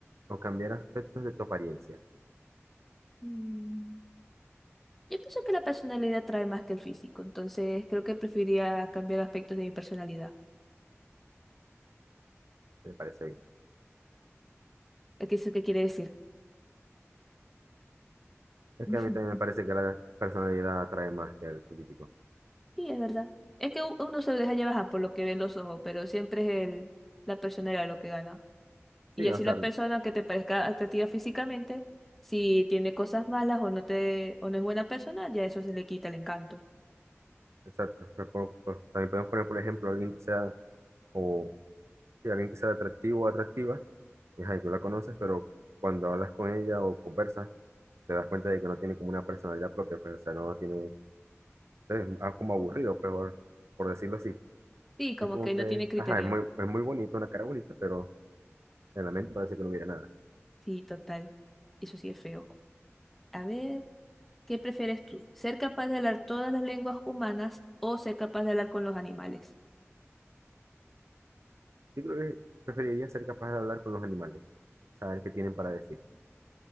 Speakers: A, on the right; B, in the centre.
A: o cambiar aspectos de tu apariencia?
B: Mm, Yo pienso que la personalidad trae más que el físico, entonces creo que preferiría cambiar aspectos de mi personalidad.
A: Me parece bien.
B: ¿Qué es eso que quiere decir?
A: Es
B: <laughs>
A: que a mí también me parece que la personalidad atrae más que el físico.
B: Sí, es verdad. Es que u- uno se deja llevar ajá, por lo que ven los ojos, pero siempre es el, la personalidad lo que gana. Y
A: Sí,
B: así
A: o sea,
B: la persona que te parezca atractiva físicamente, si tiene cosas malas o no te, o no es buena persona, ya eso se le quita el encanto.
A: Exacto. Pues, po- pues, también podemos poner, por ejemplo, alguien que sea, o sí, alguien que sea atractivo o atractiva, y ajá, y tú la conoces, pero cuando hablas con ella o conversas, te das cuenta de que no tiene como una personalidad propia, pues, o sea, no tiene, pues, es ah, como aburrido, pues, por, por decirlo así.
B: Sí, como
A: Es como
B: que
A: que,
B: no tiene criterio.
A: ajá, es muy, es muy bonito, una cara bonita, pero en la mente parece que no hubiera nada.
B: Sí, total. Eso sí es feo. A ver, ¿qué prefieres tú? ¿Ser capaz de hablar todas las lenguas humanas o ser capaz de hablar con los animales?
A: Yo creo que preferiría ser capaz de hablar con los animales, saber qué tienen para decir.